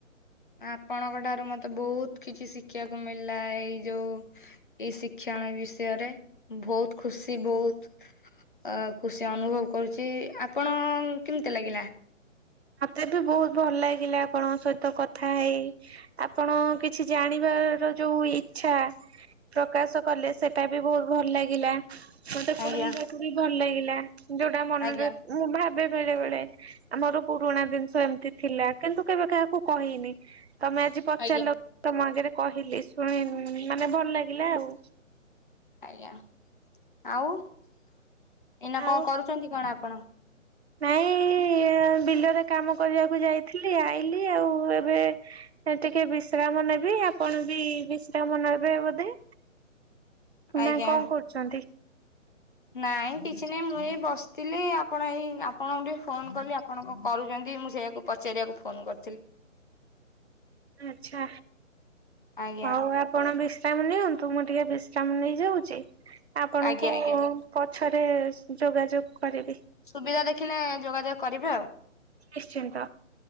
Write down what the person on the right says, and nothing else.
ମତେ ବି ବହୁତ ଭଲ ଲାଗିଲା ଆପଣଙ୍କ ସହିତ କଥା ହେଇ। ଆପଣ କିଛି ଜାଣିବାର ଯୋଉ ଇଚ୍ଛା ପ୍ରକାଶ କଲେ ସେଟା ବି ବହୁତ ଭଲ ଲାଗିଲା। ମତେ କହିଲ
ବି ଭଲ ଲାଗିଲା। ଯୋଉଟା ମନରେ
ମୁଁ ଭାବେ ବେଳେ ବେଳେ ଆମର ପୁରୁଣା ଜିନିଷ ଏମିତି ଥିଲା କିନ୍ତୁ କେବେ କାହାକୁ କହିନି। ତମେ ଆଜି ପଚାରିଲ
ତମ ଆଗରେ କହିଲି ଶୁଣି ମାନେ ଭଲ ଲାଗିଲା ଆଉ।
ଆଉ
ନାଇଁ ବିଲରେ କାମ କରିବାକୁ ଯାଇଥିଲି ଆଇଲି ଆଉ ଏବେ ଟିକେ ବିଶ୍ରାମ ନେବି। ଆପଣ ବି ବିଶ୍ରାମ ନେବେ ବୋଧେ? ନା
କଣ କରୁଚନ୍ତି?
ଆଛା।
ହଉ ଆପ ଆପଣ ବିଶ୍ରାମ ନିଅନ୍ତୁ। ମୁଁ ଟିକେ ବିଶ୍ରାମ ନେଇଯାଉଚି ଆପଣଙ୍କୁ
ପଛରେ ଯୋଗାଯୋଗ କରିବି।
ନିଶ୍ଚିନ୍ତ